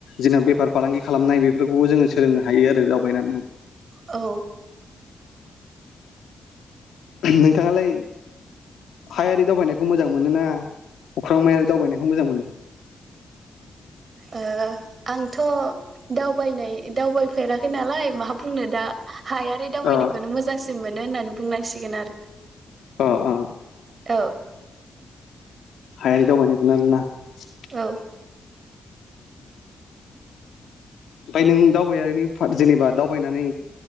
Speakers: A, on the left (about 80°); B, on the right (about 55°).
A: जेनब बेफार फालांगि खालामनाय बेफोरखौबो जोंङो सोलोंनो हायो आरो दावबायनानै
B: औ
A: नोंथाङालाय हायारि दावबायनायखौ मोजां मोनो ना अख्रां मायारि दावबायनायखौ मोजां मोनो
B: ओ आंथ दावबायनाय दावबायफेराखै नालाय मा बुंनो दा हायारि दावायनायखौ
A: अ
B: मोजांसिन मोनो होननानै बुंनांसिगोन आरो
A: अ अ
B: औ
A: हायारि दावबायनायखौ <unintelligible>
B: औ
A: ओमफ्राय नों दावबायारिनि जेनेबा दावबायनानै